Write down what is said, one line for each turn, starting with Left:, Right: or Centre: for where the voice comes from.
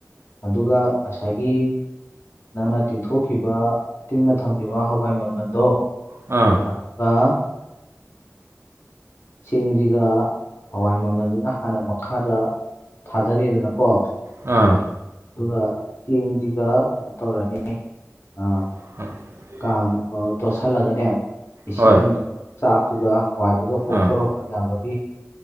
Left: ꯑꯗꯨꯒ ꯉꯁꯥꯏꯒꯤ ꯅꯪꯅ ꯇꯤꯡꯊꯣꯛꯈꯤꯕ ꯇꯤꯡꯉ ꯊꯝꯒꯤꯕ ꯍꯋꯥꯏ ꯃꯪꯒꯟꯗꯣ
Right: ꯑꯥ
Left: ꯑꯠꯇ ꯆꯦꯡꯖꯤꯒ ꯍꯋꯥꯏ ꯃꯪꯒꯟꯗꯨꯅ ꯍꯥꯟꯅ ꯃꯈꯥꯗ ꯊꯥꯗꯔꯦꯗꯅꯀꯣ
Right: ꯑꯥ
Left: ꯑꯗꯨꯒ ꯆꯦꯡꯁꯤꯒ ꯀꯩꯅꯣ ꯇꯧꯔꯅꯤ ꯑ
Right: <unintelligible>
Left: ꯀꯝꯃꯥ ꯇꯣꯠꯁꯤꯜꯂꯒꯅꯦ ꯏꯁꯤꯡꯗꯨ
Right: ꯍꯣꯏ
Left: ꯆꯥꯛꯇꯨꯒ ꯍꯋꯥꯏꯗꯨꯒ ꯄꯣꯛꯊꯣꯔꯛ
Right: ꯑꯥ
Left: ꯌꯥꯕꯒꯤ